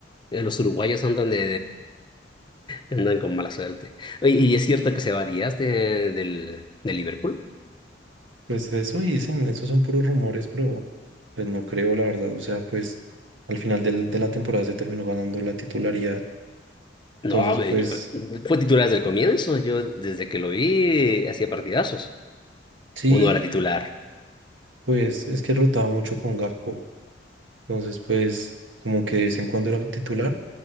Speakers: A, on the left; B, on the right.
A: Eh, Los uruguayos andan de, de- andan con mala suerte. Oye, ¿y es cierto que se va Díaz de, del, de Liverpool?
B: Pues eso dicen, esos son puros rumores, pero pues no creo, la verdad. O sea, pues al final del- de la temporada se terminó ganando la titularidad.
A: No,
B: Entonces,
A: a ver,
B: pues
A: yo- fue titular desde el comienzo, yo desde que lo vi hacía partidazos.
B: sí,
A: Uno era titular,
B: pues es que rotaba mucho con Gakpo. Entonces, pues como que de vez en cuando era titular,